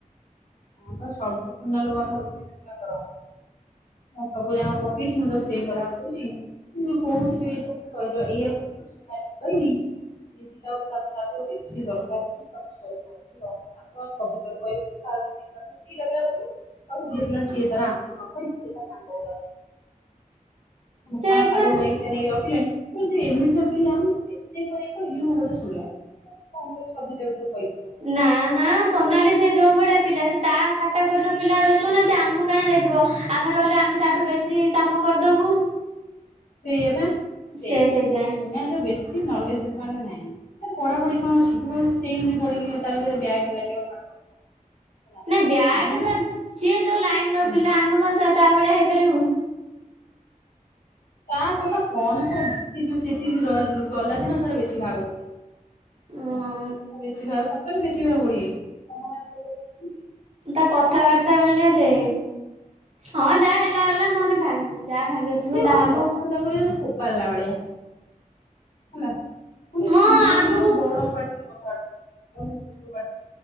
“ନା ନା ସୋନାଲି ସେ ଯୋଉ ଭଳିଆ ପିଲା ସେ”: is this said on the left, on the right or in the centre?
Right